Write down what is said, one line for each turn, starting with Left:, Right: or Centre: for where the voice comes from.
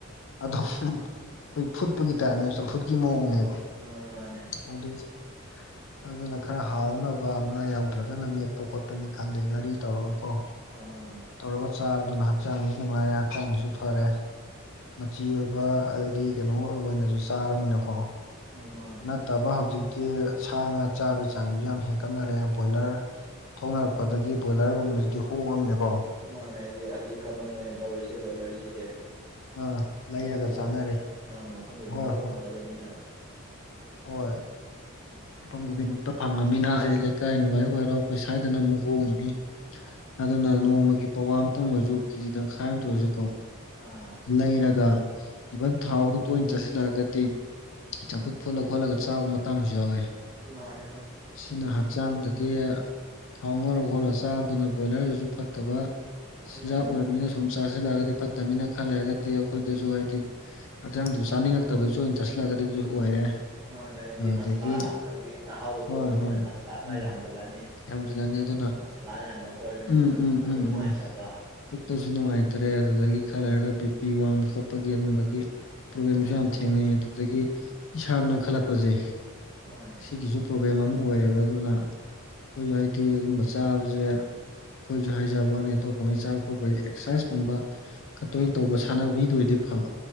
Left: ꯑꯗꯨꯝ ꯑꯩꯈꯣꯏ ꯐꯨꯠꯄꯒꯤ ꯇꯥꯏꯞꯅꯦꯕ ꯆꯝꯐꯨꯠꯀꯤ ꯃꯑꯣꯡꯅꯦꯕ
Right: ꯃꯥꯅꯦ ꯃꯥꯅꯦ
Left: ꯍꯧꯗꯣꯏꯁꯦ ꯑꯗꯨꯅ ꯈꯔ ꯍꯥꯎꯅꯕ ꯉꯥ ꯌꯥꯎꯗ꯭ꯔꯒꯅ ꯃꯦꯠ ꯄꯨꯣꯛ ꯈꯣꯠꯄꯅꯤ ꯈꯪꯗꯦ ꯉꯥꯔꯤ ꯇꯧꯔꯒꯀꯣ
Right: ꯑꯥ
Left: ꯇꯧꯔꯒ ꯆꯥꯕꯗꯨꯅ ꯍꯛꯆꯥꯡꯁꯨ ꯅꯨꯡꯉꯥꯏꯔꯦ ꯍꯛꯆꯥꯡꯕꯁꯨ ꯐꯔꯦ ꯃꯆꯤ ꯑꯣꯏꯕ ꯑꯗꯩꯗꯤ ꯀꯩꯅꯣ ꯑꯣꯏꯅꯁꯨ ꯆꯥꯔꯃꯤꯅꯀꯣ
Right: ꯃꯥꯅꯦ
Left: ꯅꯠꯇꯕ ꯍꯧꯖꯤꯛꯇꯤ ꯁꯥ ꯉꯥ ꯆꯥꯕꯒꯤ ꯆꯥꯡꯁꯨ ꯌꯥꯝ ꯍꯦꯟꯀꯠꯅꯔꯦ ꯕꯣꯏꯂꯔ ꯊꯧꯅꯔꯛꯄꯗꯒꯤ ꯕꯣꯏꯂꯔꯒꯨꯝꯕꯁꯤꯗꯤ ꯍꯣꯡꯉꯝꯃꯤꯅꯤꯀꯣ
Right: ꯃꯥꯅꯦ ꯍꯥꯏꯗꯤ ꯍꯧꯖꯤꯛ ꯀꯃꯟ ꯑꯣꯏꯅ ꯇꯧꯔꯤꯁꯦ ꯕꯣꯏꯂꯔꯁꯤꯗꯤ
Left: ꯑꯥ ꯂꯩꯔꯒ
Right: ꯃꯐꯝ ꯈꯨꯗꯤꯡꯃꯛ
Left: ꯆꯥꯅꯔꯦ
Right: ꯑꯥ ꯃꯐꯝ ꯈꯨꯗꯤꯡꯃꯛꯇ
Left: ꯍꯣꯏ ꯍꯣꯏ
Right: ꯐꯪꯉꯅꯕꯅꯤꯅ
Left: ꯍꯣꯏ ꯃꯐꯝ ꯈꯨꯗꯤꯡꯃꯛꯇ ꯐꯪꯉꯃꯤꯅ ꯑꯩ ꯂꯩꯀꯥꯏ ꯅꯨꯡꯉꯥꯏ ꯑꯣꯏꯔꯣ ꯑꯩꯈꯣꯏ ꯁ꯭ꯋꯥꯏꯗꯅ ꯑꯃꯨꯛ ꯍꯣꯡꯉꯤꯅꯤ ꯑꯗꯨꯅ ꯅꯣꯡꯃꯒꯤ ꯄꯋꯥ ꯑꯃꯇꯪ ꯑꯣꯏꯔꯁꯨ ꯀꯦꯖꯤ ꯇꯪꯈꯥꯏ ꯑꯃꯇ ꯑꯣꯏꯔꯁꯨ ꯀꯣ
Right: ꯑꯥ
Left: ꯂꯩꯔꯒ ꯏꯚꯟ ꯊꯥꯎꯗꯨ ꯇꯣꯏꯅ ꯆꯥꯁꯤꯜꯂꯛꯔꯒꯗꯤ ꯆꯝꯐꯨꯠ ꯐꯨꯠꯂ ꯈꯣꯠꯂꯒ ꯆꯥꯕ ꯃꯇꯥꯡꯁꯨ ꯌꯥꯎꯋꯦ
Right: ꯥꯟꯦꯅꯦ
Left: ꯁꯤꯅ ꯍꯛꯆꯥꯡꯗꯗꯤ ꯊꯥꯎ ꯉꯔ ꯈꯣꯠꯂꯒ ꯆꯥꯕꯗꯨꯅ ꯕꯣꯏꯂꯔꯁꯤꯁꯨ ꯐꯠꯇꯕ
Right: ꯎꯝ
Left: ꯆꯤꯟꯖꯥꯛ ꯑꯣꯏꯔꯕꯅꯤꯅ ꯁꯨꯝ ꯆꯥꯁꯤꯜꯂꯛꯑꯒꯗꯤ ꯐꯠꯇꯕꯅꯤꯅ ꯈꯜ ꯂꯩꯔꯒꯗꯤ ꯑꯩꯈꯣꯏꯗꯁꯨ ꯍꯥꯏꯗꯤ ꯍꯛꯆꯥꯡꯗꯨꯁꯨ ꯆꯥꯅꯤꯡꯉꯛꯇꯕꯗꯨꯁꯨꯣꯏ ꯑꯣꯏꯅ ꯆꯠꯁꯤꯜꯂꯒꯗꯤꯗꯨꯁꯨ ꯑꯣꯏꯔꯦ
Right: ꯃꯥꯅ ꯑꯩꯗꯤ
Left: ꯑꯗꯨꯗꯒꯤ
Right: ꯃꯁꯂꯥ ꯑꯗꯨꯗꯒꯤ ꯑꯍꯥꯎꯕ
Left: ꯍꯣꯏ
Right: ꯊꯣꯡꯉꯕꯅꯤꯅ
Left: ꯍꯣꯏ
Right: ꯃꯁꯂꯥ ꯈꯔ
Left: ꯎꯝ
Right: ꯌꯥꯝꯖꯜꯂꯅꯤ
Left: ꯌꯥꯝꯁꯤꯜꯂꯅꯤ ꯑꯗꯨꯅ
Right: ꯃꯁꯂꯥ ꯌꯥꯝꯃ ꯄꯣꯠꯅꯤꯅ
Left: ꯎꯝ ꯎꯝ
Right: ꯄꯨꯛꯇ
Left: ꯎꯝ
Right: ꯅꯨꯡꯉꯥꯏꯇꯕ
Left: ꯎꯝ ꯄꯨꯛꯇꯁꯨ ꯅꯨꯡꯉꯥꯏꯇ꯭ꯔꯦ ꯑꯗꯨꯗꯒꯤ ꯈꯜꯂꯔꯒ
Right: ꯑꯥ
Left: ꯄꯤ ꯐꯤ ꯋꯥꯡꯕ ꯈꯣꯠꯄꯒꯤ ꯑꯗꯨꯝꯕꯒꯤ ꯄ꯭ꯔꯣꯕ꯭ꯂꯦꯝꯁꯨ
Right: ꯑꯥ
Left: ꯌꯥꯝ ꯊꯦꯡꯅꯩ ꯑꯗꯨꯗꯒꯤ ꯏꯁꯥ ꯅꯣꯏꯈꯠꯂꯛꯄꯁꯦ
Right: ꯃꯥꯅꯦ
Left: ꯁꯤꯒꯤꯁꯨ ꯄ꯭ꯔꯣꯕ꯭ꯂꯦꯝ ꯑꯃ ꯑꯣꯏꯔꯦꯕ ꯑꯗꯨꯅ ꯑꯩꯈꯣꯏꯁꯨ ꯍꯥꯏꯗꯤ ꯑꯗꯨꯝꯕ ꯆꯥꯕꯁꯦ ꯑꯩꯈꯣꯏꯁꯨ ꯍꯥꯏꯖꯕꯅꯤ ꯑꯇꯣꯞꯄꯉꯩ ꯆꯥꯕ ꯈꯣꯠꯄ ꯑꯦꯛꯁꯔꯁꯥꯏꯁꯀꯨꯝꯕ ꯀꯠꯇꯣꯏꯅ ꯇꯧꯕ ꯁꯥꯟꯅꯕꯕꯤꯗꯨ ꯑꯣꯏꯗꯤ ꯐꯕ